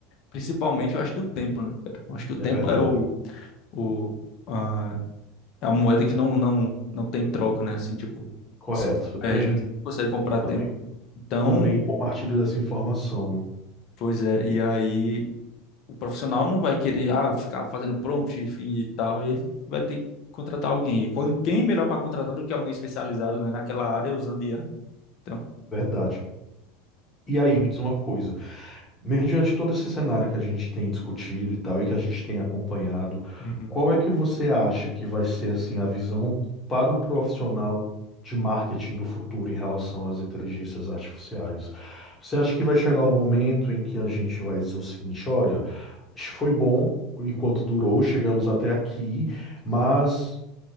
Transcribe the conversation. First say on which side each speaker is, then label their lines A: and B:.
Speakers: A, on the left; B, on the left.
A: principalmente, eu acho que o tempo, né, cara? Eu acho que o
B: É
A: tempo
B: verdade.
A: é o, o, a é uma moeda que não, não, não tem troca, né? Assim, tipo,
B: Correto.
A: só se
B: Eu
A: perde,
B: também,
A: né? Você não consegue comprar
B: também,
A: tempo. Então,
B: também compartilho dessa informação.
A: pois é, e aí o profissional não vai querer, ah, ficar fazendo prompt, enfim, e tal. Ele vai ter que contratar alguém. E quando, quem melhor para contratar do que alguém especializado, né, naquela área é usando IA? Então,
B: Verdade. E aí, me diz uma coisa. Mediante todo esse cenário que a gente tem discutido e tal, e que a gente tem acompanhado,
A: Uhum,
B: qual é que você acha que vai ser assim a visão para o profissional de marketing do futuro em relação às inteligências artificiais? Você acha que vai chegar o momento em que a gente vai dizer o seguinte, olha, foi bom enquanto durou, chegamos até aqui, mas